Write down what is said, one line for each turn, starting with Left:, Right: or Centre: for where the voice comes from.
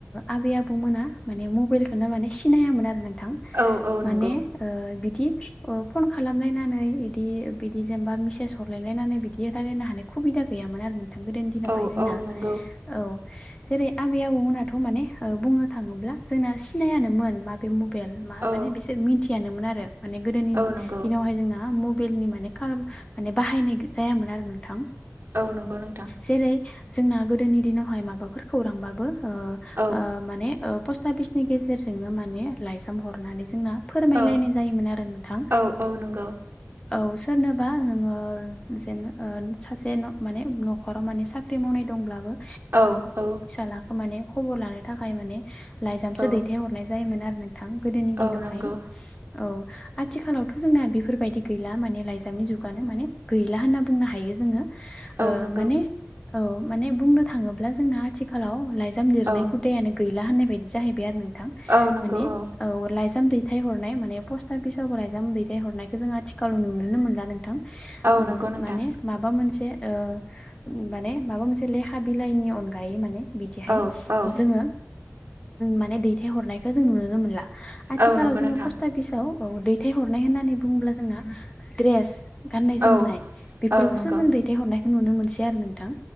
Left: आबै आबौमोना माने मबाइलखौनो माने सिनायामोन आरो न थां
Right: औ औ नंगौ
Left: माने ओ बिदि फन खालामलायनानै बिदि बिदि जेनेबा मेसेज हरलायलायनानै बिदि रायलायनो हानाय खुबिदा गैयामोन आरो नोंथां गोदोनि दिनावहाय
Right: औ
Left: जोंना
Right: औ नंगौ
Left: औ। जेरै आबै आबौमोनथ' माने बुंनो थाङोब्ला जोंना सिनायानोन माबे मु मबेल मा
Right: औ
Left: माने बिसोर मिथियामोन आरो माने गोदोनि
Right: औ नंगौ
Left: दिनावहाय जोंना म बेलनि माने कालम माने बाहायनाय गो जायामोन आरो नोंथां।
Right: औ नोंगौ नोंथां।
Left: जेरै जोंना गोदोनि दिनावहाय माबाफोर खौरांबाबो ओ
Right: औ
Left: ओ माने ओ पसत ताबिसनि गेजेरजोंनो माने लाइजाम हरनानै जोंना फोरमायलायनाय
Right: औ
Left: जायोमोन आरो नोंथां।
Right: औ औ नंगौ
Left: ओ औ सोरनोबा नोङो जेन ओ सासे न' माने न'खराव माने साख्रि मावनाय दंब्लाबो
Right: औ औ।
Left: लाख माने खबर लानो थाखाय माने लाइजामसो
Right: औ
Left: दैथाय हरनाय जायोमोन आरो। थां गोदोनि दिनावहाय
Right: औ नंगौ
Left: औ आ आथिखालावथ' जोंना बेफोरबायदि गैला माने लाइजामनि जुगानो माने गैला होनना बुंनो हायो जोङो
Right: औ
Left: ओ
Right: नंगौ
Left: माने औ माने बुंनो थाङोब्ला जोंना आ थिखालाव लाइजाम लिरनाय
Right: औ
Left: हुदायानो गैला होननाय बायदि जाहैबाय आरो नों थां
Right: औ नंगौ
Left: माने
Right: औ
Left: लाइजाम दै दैथायहरनाय माने पस्ट आफिसावबो लाायजाम दैथायहरनायखौ जों आथिखालाव नुनो मोनला नोंथां।
Right: औ
Left: उम
Right: नंगौ नोंथां
Left: माने माबा मोनसे ओ माने माबा मोनसे लेखा बिलाइनि अनगायै माने बिदिहाय
Right: औ औ
Left: जोङो माने दैथायहरनायखौ जों नुनोनो मोनला। आथिखालाव
Right: औ नंगौ
Left: जोङो
Right: नोंथां
Left: पस्ट अआफिसाव औ दैथायहरनाय होननानै बुङोब्ला जोंना ग्रेस गाननाय जोमनाय
Right: औ
Left: बेफोरखौसो
Right: औ नंगौ
Left: जों दैथायहरनायखौ नुनो मोनसै आरो नोंथां।